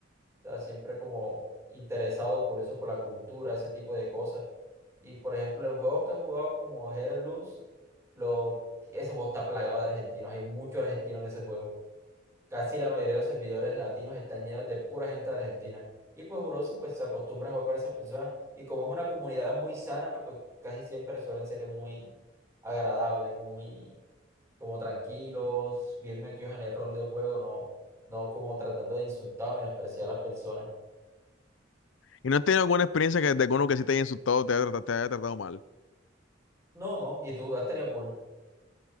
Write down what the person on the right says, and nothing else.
o sea, siempre como interesado, curioso por la cultura, ese tipo de cosas. Y por ejemplo, en juegos que he jugado como Jerez Luz, lo, ese juego está plagado de argentinos, hay mucho argentino en ese juego. Casi la mayoría de los servidores latinos están llenos de pura gente de Argentina. Y pues uno se- pues, se acostumbra a jugar con esas personas. Y como es una comunidad muy sana, pues casi siempre suelen ser muy agradables, muy como tranquilos, bien metidos en el rol del juego, no, no como tratando de insultar o menospreciar a las personas.
No, no. ¿Y tú has tenido algún